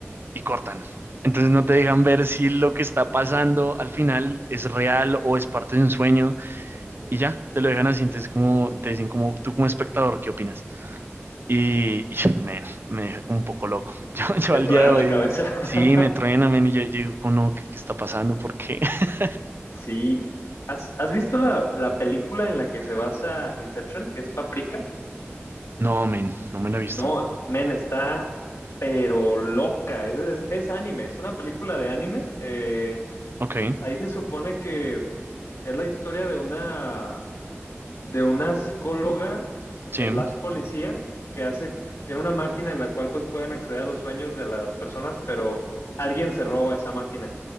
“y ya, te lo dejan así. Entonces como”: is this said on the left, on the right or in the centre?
Right